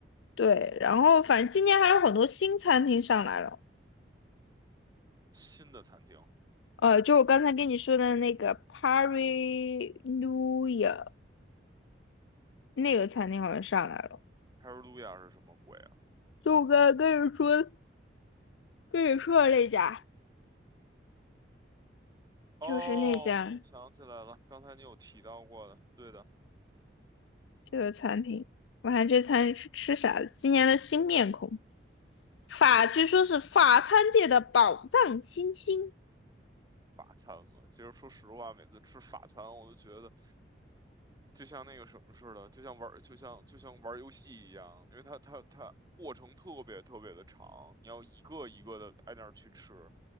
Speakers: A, on the left; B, on the right.
A: 对，然后反正今年还有很多新餐厅上来了，
B: 新的餐厅。h
A: 呃，就我刚才跟你说的那个 Pari n u i a 那个餐厅好像上来了，
B: 哈尔路亚是什么鬼啊？
A: 就我刚才跟你说跟你说的那家，
B: 哦，
A: 就是那家
B: 我想起来了，刚才你有提到过的，对的。
A: 这个餐厅。我看这餐是吃啥的？今年的新面孔，法据说是法餐界的宝藏新星。
B: 法餐嘛。其实说实话，每次吃法餐，我都觉得就像那个什么似的，就像玩儿就像就像玩儿游戏一样，因为它它它过程特别特别的长，你要一个一个的挨那儿去吃，